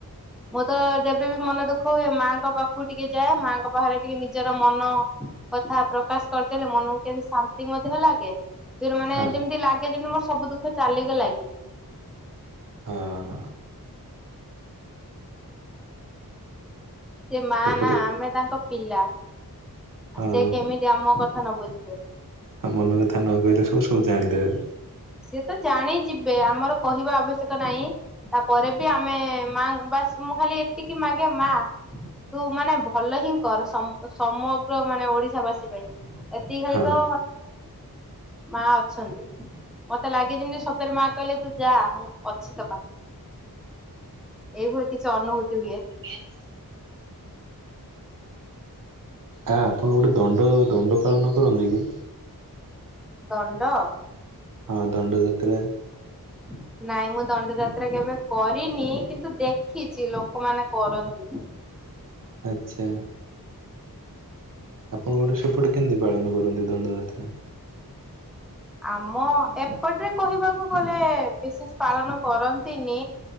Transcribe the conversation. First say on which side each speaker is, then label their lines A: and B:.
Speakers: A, in the centre; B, on the right (about 60°).
A: ମୁଁ ତ ଯେବେ ବି ମନ ଦୁଃଖ ହୁଏ ମାଙ୍କ ପାଖ କୁ ଟିକେ ଯାଏ ମାଙ୍କ ବାହାରେ ଟିକେ ନିଜର ମନ କଥା ପ୍ରକାଶ କରିଦେଲେ ମନକୁ କେବେ ଶାନ୍ତି ମଧ୍ୟ ଲାଗେ। ସେତିକିରେ ମାନେ
B: ହଁ
A: ଯେମିତି ଲାଗେ ଯେମିତି ମୋର ସବୁ ଦୁଃଖ ଚାଲିଗଲା କି।
B: ହଁ।
A: ସେ ମା
B: ସେପଟେ
A: ନା ଆମେ ତାଙ୍କ ପିଲା
B: ହଁ
A: ସେ କେମିତି ଆମ କଥା ନ ବୁଝିବେ।
B: ଆ ମନ କଥା ନ କହିଲେ ସବୁ ସବୁ ଜାଣିଦେବେ।
A: ସିଏ ତ ଜାଣି ଯିବେ ଆମର କହିବା ଆବଶ୍ୟକ ନାଇଁ। ତାପରେ ବି ଆମେ ମା ବାସ ମୁଁ ଖାଲି ଏତିକି ମାଗେ ମା ତୁ ମାନେ ଭଲ ହିଁ କର ସମ ସମଗ୍ର ମାନେ ଓଡିଶା ବାସୀ ପାଇଁ। ଏତିକି ଖାଲି
B: ହଁ
A: କ ମା ଅଛନ୍ତି। ମତେ ଲାଗେ ଯେମିତି ସତରେ ମା କହିଲେ ତୁ ଯା ମୁଁ ଅଛି ତୋ ପାଖ ଏଇଭଳି କିଛି ଅନୁଭୂତି ହୁଏ।
B: କିଏ। ଆ ଆପଣ ଗୋଟେ ଦଣ୍ଡ ଦଣ୍ଡ ପାଳନ କରନ୍ତି କି?
A: ଦଣ୍ଡ।
B: ହଁ ଦଣ୍ଡଯାତ୍ରା।
A: ହୁଁ ନାଇଁ ମୁଁ ଦଣ୍ଡ ଯାତ୍ରା କେବେ କରିନି କିନ୍ତୁ ଦେଖିଛି ଲୋକମାନେ କରନ୍ତି।
B: ଆଚ୍ଛା। ଆପଣ ଗୋଟେ ସେପଟେ କେମିତି ପାଳନ କରନ୍ତି ଦଣ୍ଡଯାତ୍ରା।
A: ଆମ ଏପଟରେ କହିବାକୁ ଗଲେ ବିଶେଷ ପାଳନ କରନ୍ତିନି।